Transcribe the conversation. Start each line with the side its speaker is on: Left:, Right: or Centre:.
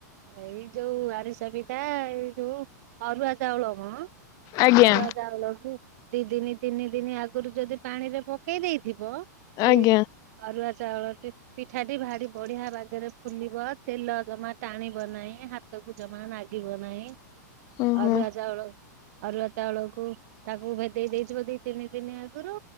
Right: ଏଇ ଯୋଉ ଆରିସା ପିଠା ଏଇ ଯୋଉ ଅରୁଆ ଚାଉଳ କଁ
Left: ଆଜ୍ଞା
Right: ଅରୁଆ ଚାଉଳକୁ ଦିଇ ଦିନି ତିନି ଦିନି ଆଗରୁ ଯଦି ପାଣିରେ ପକେଇ ଦେଇଥିବ ସେଇ
Left: ଆଜ୍ଞା
Right: ଅରୁଆ ଚାଉଳଟି ପିଠାଟି ଭାରି ବଢିଆ ବାଗରେ ଫୁଲିବ ତେଲ ଜମା ବନାଇ ହାତକୁ ଜମା ନାଗିବ ନାଇଁ।
Left: ଓହୋ।
Right: ଅରୁଆ ଚାଉଳ ଅରୁଆ ଚାଉଳକୁ ତାକୁ ଭେଦେଇ ଦେଇଥିବ ଦି ତିନି ଦିନି ଆଗରୁ